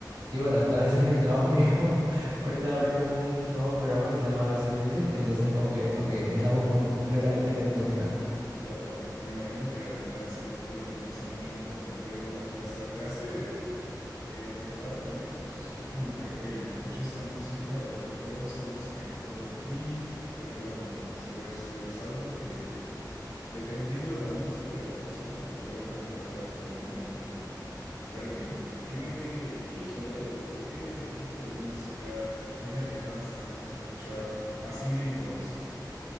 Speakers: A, on the right; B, on the left.
A: y bueno, hasta a veces en el trabajo <laughs> mismo. Ahorita abrimos un nuevo programa que se llama Basic Music, entonces como que, ok, estamos completamente con música.
B: Claro, me imagino que al final hace que todo el tiempo sea mucho más placentero y hasta te hace eh, recordar momentos. Es como que, oye, yo escuché esta música o recuerdo esta música y me acuerdo de ti, recuerdo cuando me pasó esto. Es algo que, dependiendo de la música y de la persona, te puede transportar a diferentes momentos de tu vida. Pero en fin, dime qué, qué género o qué tipo de música es la que más te gusta escuchar así de improviso.